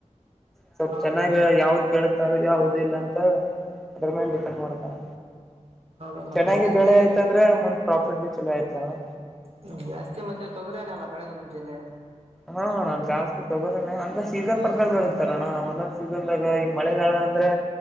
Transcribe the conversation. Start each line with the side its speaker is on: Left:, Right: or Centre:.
Centre: ಸ್ವಲ್ಪ್
Right: ಹೌದು
Centre: ಚೆನ್ನಾಗ ಯಾವ್ದ್ ಬೆಳತಾರ ಯಾವದ ಇಲ್ಲ ಅಂತ ಅದ್ರ ಮೇಲೆ ಡಿಪೆಂಡ್ ಮಾಡತಾನ
Right: ಹೌದು ಮತ್ತೆ
Centre: ಚೆನ್ನಾಗಿ
Right: ಜಾಸ್ತಿ
Centre: ಬೆಳೆ ಆಯ್ತ ಅಂದ್ರೆ ಒಂದ್ ಪ್ರಾಫಿಟ್ ಬಿ ಚಲೋ ಆಯ್ತ ನಣ್ಣ
Right: ಹ್ಮ ಜಾಸ್ತಿ ಮತ್ತೆ ತೊಗ್ರೇನಲ್ಲ ಬೆಳೆದು ನಿಮ್ ಜಿಲ್ಲೆ
Centre: ಹಾಣನ್ ಜಾಸ್ತಿ ತೊಗೋರನನೆ ಅಂದ್ರೆ ಸೀಸನ್ ಪ್ರಕಾರ ಬಳತಾರಣ್ಣ ಒಂದೊಂದ್ ಸೀಸನ್ದಾಗ ಈ ಮಳೆಗಾಲ ಅಂದ್ರೆ